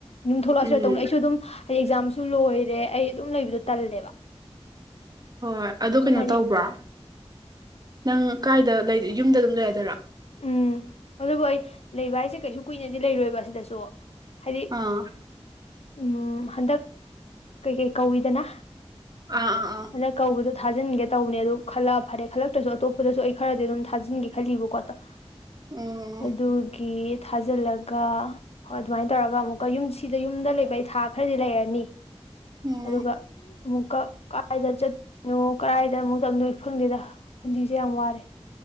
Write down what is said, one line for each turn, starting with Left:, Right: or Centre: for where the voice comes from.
Left: ꯌꯨꯝ ꯊꯣꯛꯂꯛꯑꯁꯤꯔꯥ
Right: ꯎꯝ
Left: ꯇꯧꯅꯤ ꯑꯩꯁꯨ ꯑꯗꯨꯝ <unintelligible> ꯑꯦꯛꯖꯥꯝꯁꯨ ꯂꯣꯏꯔꯦ ꯑꯩ ꯑꯗꯨꯝ ꯂꯩꯕꯗꯣ ꯇꯜꯂꯦꯕ
Right: ꯍꯣꯏ ꯑꯗꯨ
Left: ꯑꯗꯨꯝ
Right: ꯀꯩꯅꯣ
Left: ꯍꯥꯏꯗꯤ
Right: ꯇꯧꯕ꯭ꯔꯣ ꯅꯪ ꯀꯥꯏꯗ <unintelligible> ꯌꯨꯝꯗ ꯑꯗꯨꯝ ꯂꯩꯔꯗꯣꯏꯔꯣ
Left: ꯎꯝ ꯑꯗꯨꯕꯨ ꯑꯩ ꯂꯩꯕ ꯍꯥꯏꯁꯦ ꯀꯩꯁꯨ ꯀꯨꯏꯅꯗꯤ ꯂꯩꯔꯣꯏꯕ ꯁꯤꯗꯁꯨ ꯍꯥꯏꯗꯤ
Right: ꯑꯥ
Left: ꯎꯝ ꯍꯟꯗꯛ ꯀꯩ ꯀꯩ ꯀꯧꯏꯗꯅ
Right: ꯑꯥ ꯑꯥ ꯑꯥ
Left: ꯍꯟꯗꯛ ꯀꯧꯕꯗꯣ ꯊꯥꯖꯤꯟꯒꯦ ꯇꯧꯕꯅꯦ ꯑꯗꯨ ꯈꯜꯂꯛꯑ ꯐꯔꯦ ꯈꯜꯂꯛꯇ꯭ꯔꯁꯨ ꯑꯇꯣꯞꯄꯗꯁꯨ ꯑꯩ ꯈꯔꯗꯤ ꯑꯗꯨꯝ ꯊꯥꯖꯤꯟꯒꯦ ꯈꯜꯂꯤꯕꯀꯣ <unintelligible>
Right: ꯎꯝ
Left: ꯑꯗꯨꯒꯤ ꯊꯥꯖꯤꯜꯂꯒ ꯍꯣꯏ ꯑꯗꯨꯃꯥꯏꯟ ꯇꯧꯔꯒ ꯑꯃꯨꯛꯀ ꯌꯨꯝ ꯁꯤꯗ ꯌꯨꯝꯗ ꯂꯩꯕ ꯑꯩ ꯊꯥ ꯈꯔꯗꯤ ꯂꯩꯔꯅꯤ
Right: ꯎꯝ
Left: ꯑꯗꯨꯒ ꯑꯃꯨꯛꯀ ꯀꯥꯏꯗ ꯆꯠꯅꯣ ꯀꯗꯥꯥꯏꯗ ꯑꯃꯨꯛ ꯇꯝꯗꯣꯏ ꯈꯪꯗꯦꯗ ꯄꯨꯟꯁꯤꯁꯦ ꯌꯥꯝ ꯋꯥꯔꯦ